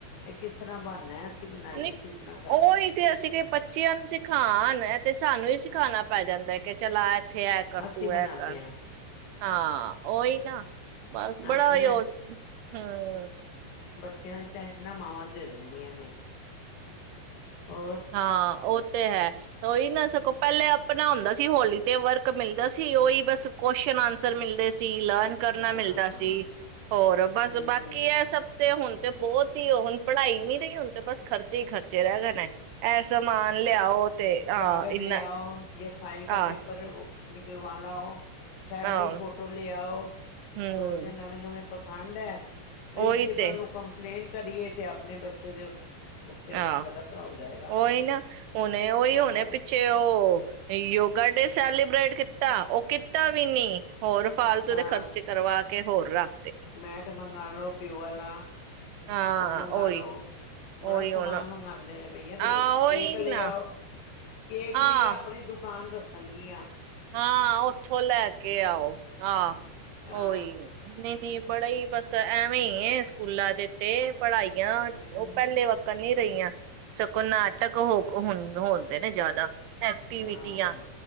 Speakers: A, on the left (about 75°); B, on the right (about 85°).
A: ਇਹ ਕਿਸ ਤਰ੍ਹਾਂ ਬਣਨਾ ਬਣਾਈਏ
B: ਨੀਂ
A: ਕਿਸ ਤਰ੍ਹਾਂ ਕਰਨਾ
B: ਉਹੀ ਤੇ ਅਸੀਂ ਕਿ ਬੱਚਿਆਂ ਨੂੰ ਸਿਖਾ ਇਹ ਤੇ ਸਾਨੂੰ ਈ ਸਿਖਾਉਣਾ ਪੈ ਜਾਂਦਾ ਕਿ ਚਲਾ ਉੱਥੇ ਐ ਕਰ
A: ਅਸੀਂ
B: ਤੂੰ
A: ਬਣਾਉਦੇ
B: ਐ ਕਰ,
A: ਹਾਂ
B: ਹਾਂ। ਓਈ ਨਾ ਬਸ ਬੜਾ
A: ਆਪਣੇ
B: ਉਸ ਹਮ
A: ਚਿਆਂ ਦੀ ਟੈਨਸ਼ਨਾਂ ਮਾਵਾਂ ਨੂੰ ਦੇ ਦਿੰਦੀਆਂ ਨੇ। ਹੋਰ
B: ਹਾਂ ਉਹ ਤੇ ਹੈ ਤਾਂ ਉਹੀ ਨਾ ਸਕੋਂ। ਪਹਿਲੇ ਆਪਣਾ ਹੁੰਂਦਾ ਸੀ, ਹੋਲੀ ਦੇ ਵਰਗ ਮਿਲਦਾ ਸੀ, ਉਹੀ ਬਸ ਕੁਸ਼ਚਨ ਆਨਸਰ ਮਿਲਦੇ ਸੀ। ਲਰਨ ਕਰਨਾ
A: ਹਾਂ
B: ਮਿਲਦਾ
A: ਹਾਂ
B: ਸੀ, ਹੋਰ ਬਸ
A: ਹਮ
B: ਬਾਕੀ ਹੈ, ਸਭ ਤੇ ਹੁਣ। ਤੇ ਬਹੁਤ ਹੀ, ਉਹ ਹੁਣ ਪੜ੍ਹਾਈ ਨ ਨਹੀਂ ਰਹੀ, ਹੁਣ ਤੇ ਬਸ ਖਰਚੇ ਹੀ ਖਟ ਸਰਾਗਾ ਨਾ ਇਹ ਸਮਾਨ ਲਿਆਓ ਤੇ, ਆਹ
A: ਕਾਗਜ਼
B: ਇੰਨਾ
A: ਲਿਆਓ ਯਾ, ਫਾਈਲ ਕਾ
B: ਆਹ
A: ਪੇਪਰ ਏ, ੳ ਨ <inaudible> ਕਰਵਾ ਲਾਓ, ਫੈਮਲੀ
B: ਆਹ
A: ਫੋਟੋ ਲੇ ਆਓ।
B: ਹਮ
A: ਰੋਜ਼ ਦੇ ਨਵੇਂ, ਨਵੇਂ ਪ ਠੰਡ ਐ। ਪ੍ਰਿੰਸੀਪਲ
B: ਉਹੀ ਤੇ
A: ਨੂੰ ਕੰਪਲੇਂਟ ਕਰੀਏ ਤੇ, ਆਪਣੇ ਬੱਚੇ ਦੇ ਉੱਤੇ
B: ਆਹ,
A: ਗ਼ਲਤ ਹੋ ਜਾਏਗਾ
B: ੳ ਈ, ਨਾ ਹੁਣੇ ਉਹੀ
A: ਹਾਂ
B: ਹੋਣੇ, ਪਿੱਛੇ ਉਹ। ਯੋਗਾ ਡੇ ਸੈਲੀਬ੍ਰੇਟ ਕੀਤਾ, ਉਹ ਕੀਤਾ ਵੀ ਨੀ। ਹੋਰ ਫਾਲਤੂ
A: ਹਾਂ
B: ਦੇ ਖਰਚੇ ਕਰਵਾ ਕੇ ਕੇ ਹੋਰ, ਰੱ
A: ਮੈਟ ਮੰਗਾ ਲਉ ਪਿਓ ਵਾਲਾ,
B: ਹਾਂ
A: ਉਹ ਮੰਗਾ
B: ਉਹੀ
A: ਲਉ। ਬੜਾ
B: ਉਹੀ
A: ਸਮਾਨ
B: ਹੁਣ
A: ਮੰਗਾਦੇਨ ਬਈਆਂ ਰੋਜ਼
B: ਆਹ
A: ਹੀ ਕੇਕ
B: ਉਹੀ
A: ਲਿਆਓ।
B: ਨਾ
A: ਕੇਕ
B: ਹਾਂ
A: ਵੀਈ ਆਪਣੀ ਦੁੱ ਪਾਨ ਦੱਸਨਗੀਆਂ
B: ਹਾਂ, ਉੱਥੋਂ ਲੈ ਕੇ ਆਓ, ਆਹ,
A: ਹਾਂ
B: ਉਹੀ। ਨਹੀਂ, ਨਹੀਂ ਬੜਾ ਹੀ, ਬਸ ਐਵੇਂ ਹੀ ਸਕੂਲਾ ਦੇ, ਤੇ। ਪੜ੍ਹਾਈਆਂ
A: ਹਮ
B: ਉਹ ਪਹਿਲੇ ਵੱਕ ਹੁਣ ਨਹੀਂ ਰਹੀਆਂ ਸਗੋਂ, ਨਾਟਕ ਹੋ ਹੁਣ ਹੋਂਦੇ ਨੇ ਜ਼ਿਆਦਾ। ਐਕਟੀਵਿਟੀ
A: ਹਾਂ
B: ਆ,